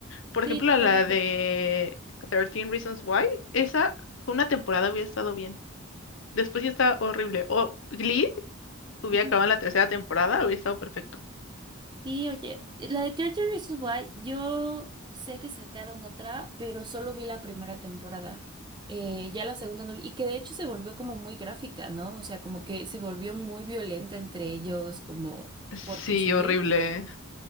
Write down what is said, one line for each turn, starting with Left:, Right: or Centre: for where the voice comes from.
Left: Por
Right: Sí,
Left: ejemplo,
Right: totalmente.
Left: a la de Thirteen Reasons Why, esa una temporada hubiera estado bien. Después ya está horrible. O Glee hubiera
Right: Ujú.
Left: acabado en la tercera temporada, hubiera estado perfecto.
Right: Sí, oye, la de 13 Reasons Why, yo sé que sacaron otra, pero solo vi la primera temporada. Eh, ya la segunda no vi, y que de hecho se volvió como muy gráfica, ¿no? O sea, como que se volvió muy violenta entre ellos, como
Left: Sí,
Right: porque sí,
Left: horrible.